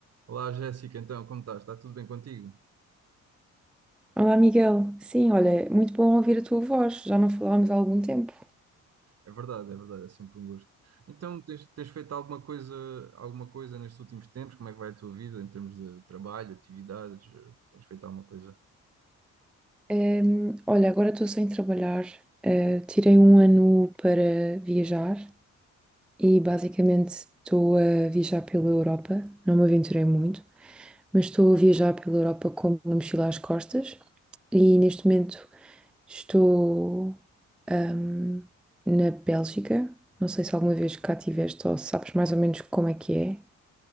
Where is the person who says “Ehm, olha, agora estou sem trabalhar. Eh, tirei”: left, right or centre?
Centre